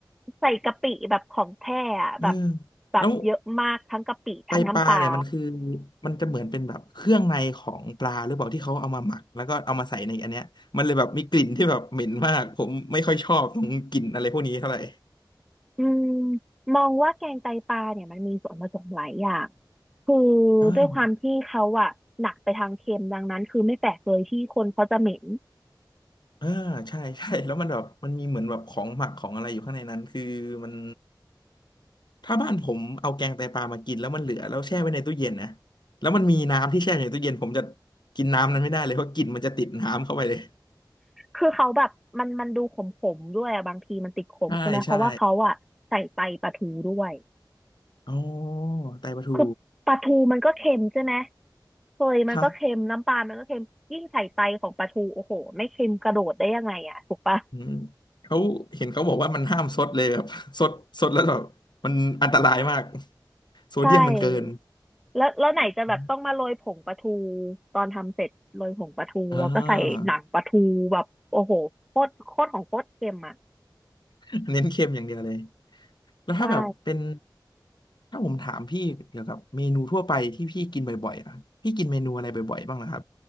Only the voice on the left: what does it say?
เออ
แล้วไตปลาเนี่ยมันคือมันจะเหมือนเป็นแบบเครื่องในของปลาหรือเปล่าที่เขาเอามาหมักแล้วก็เอามาใส่ในอันเนี้ยมันเลยแบบมีกลิ่นที่แบบเหม็นมากผมไม่ค่อยชอบตรงกลิ่นอะไรพวกนี้เท่าไหร่
อ่า
เออใช่ใช่แล้วมันแบบมันมีเหมือนแบบของหมักของอะไรอยู่ข้างในนั้นคือมันถ้าบ้านผมเอาแกงไตปลามากินแล้วมันเหลือแล้วแช่ไว้ในตู้เย็นนะแล้วมันมีน้ำที่แช่อยู่ในตู้เย็นผมจะกินน้ำนั้นไม่ได้เลยเพราะกลิ่นมันจะติดน้ำเข้าไปเลย
ใช่ใช่อ๋อไตปลาทู
ครับ อืมเขาเห็นเขาบอกว่ามันห้ามซดเลยแบบ <laughs> ซดซดแล้วแบบมันอันตรายมากโซเดียมมันเกิน
อม
อ่า <laughs> เน้นเค็มอย่างเดียวเลยแล้วถ้าแบบเป็น
ถ้าผมถามพี่เกี่ยวกับเมนูทั่วไปที่พี่กินบ่อยๆอ่ะพี่กินเมนูอะไรบ่อยๆบ้างนะครับ